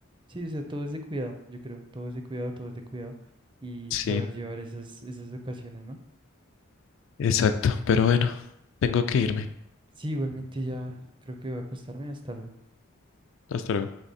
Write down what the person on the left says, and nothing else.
Sí,
exacto. Pero bueno, tengo que irme.
Hasta luego.